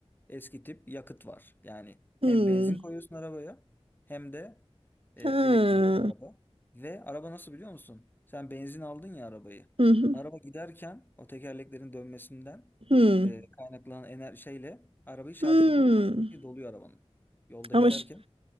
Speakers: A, on the left; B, on the right.
A: Eski tip yakıt var. Yani hem
B: Hmm.
A: benzin koyuyorsun arabaya hem de e,
B: Ha.
A: elektrikli araba. Ve araba nasıl biliyor musun? Sen benzin aldın ya arabayı.
B: Hı hı.
A: Araba giderken o tekerleklerin dönmesinden
B: Hmm.
A: e, kaynaklanan ener şeyle arabayı şarj
B: Hmm.
A: ediyor. Elektriği doluyor arabanın. Yolda
B: Ama
A: giderken
B: ş-